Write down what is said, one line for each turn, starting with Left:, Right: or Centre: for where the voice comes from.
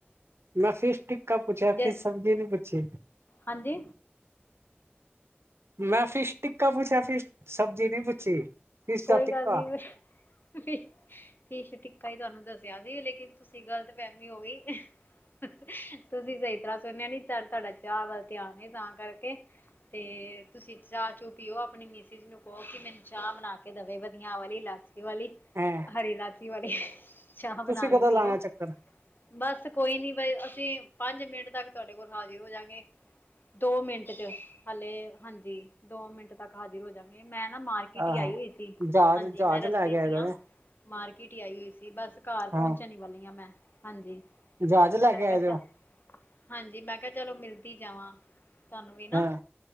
Right: ਮੈ ਫਿਸ਼ ਟਿਕਕਾ ਪੁੱਛਿਆ
Left: ਜੇ
Right: ਸੀ, ਸਬਜ਼ੀ ਨੀ ਪੁੱਛੀ।
Left: ਹਾਂਜੀ
Right: ਮੈ ਫਿਸ਼ ਟਿੱਕਾ ਪੁੱਛਿਆ ਸੀ, ਫਿਸ਼ ਸਬਜ਼ੀ ਨੀ ਪੁੱਛੀ। ਫਿਸ਼
Left: ਕੋਈ
Right: ਦਾ ਟਿੱਕਾ
Left: ਗੱਲ ਨੀ। ਤੁਸੀ, ਫਿਸ਼ ਟੀਕਾ ਈ ਤੁਹਾਨੂੰ ਦੱਸਿਆ ਸੀ ਲੇਕਿਨ ਤੁਸੀ ਗਲਤ ਫੇਮੀ ਹੋ ਗਈ। ਤੁਸੀ ਸਹੀ ਤਰ੍ਹਾਂ ਸੁਣਿਆ ਨੀ ਤੁਹਾਡਾ ਚਾ ਵੱਲ ਧਿਆਨ ਏ ਤਾਂ ਕਰਕੇ। ਤੇ ਤੁਸੀ ਚਾ- ਚੁ ਪੀਓ ਆਪਣੀ ਮਿਸਿਜ ਨੂੰ ਕਹੋ ਕਿ ਮੈਨੂੰ ਚਾਹ ਬਣਾ ਕੇ- ਦਵੇ ਵਧਿਆ ਵਾਲੀ ਇਲਾਚੀ ਵਾਲੀ,
Right: ਹੈਂ
Left: ਹਰੀ ਇਲਾਚੀ ਵਾਲੀ- ਚਾਹ ਬਣਾ
Right: ਤੁਸੀਂ ਕਦੋਂ
Left: ਕੇ ਪੀਓ।
Right: ਲਾਣਾ ਚੱਕਰ
Left: ਬਸ ਕੋਈ ਨੀ ਬਾਈ ਅਸੀ ਪੰਜ ਮਿੰਟ ਤੱਕ ਤੁਹਾਡੇ ਕੋਲ ਹਾਜਰ ਹੋ ਜਾਗੇ। ਦੋ ਮਿੰਟ ਚ, ਹਾਲੇ ਹਾਂਜੀ ਦੋ ਮਿੰਟ ਤੱਕ ਹਾਜ਼ਰ ਹੋ ਜਾ- ਤੇ ਮੈਂ ਨਾ ਮਾਰਕੀਟ
Right: ਆਹੋ
Left: ਈ ਆਈ ਹੋਈ- ਸੀ।
Right: ਜਹਾਜ਼
Left: ਹਾਂਜੀ
Right: -ਜਹਾਜ਼
Left: ਮੈਂ ਰਸਤੇ
Right: ਲੈ ਕੇ
Left: ਚ
Right: ਆਇਗਾ
Left: ਹੀ ਹਾਂ
Right: ਕੇ?
Left: ਮਾਰਕੀਟ ਈ ਆਈ ਹੋਈ ਸੀ ਬਸ ਘਰ
Right: ਹਾਂ
Left: ਪਹੁੰਚਣ ਈ ਵਾਲੀ ਆ ਮੈ, ਹਾਂਜੀ।
Right: ਜਹਾਜ਼ ਲੈ
Left: ਤੇ ਮੈ
Right: ਕੇ
Left: ਕਿਆ
Right: ਆਏ
Left: ਚਲ,
Right: ਦੇ ਹੋ
Left: ਹਾਂਜੀ ਮੈ ਕਿਆ ਚਲੋ ਮਿਲਕੇ ਈ ਜਾਵਾ। ਤੁਹਾਨੂੰ ਵੀ ਨਾ,
Right: ਹਾਂ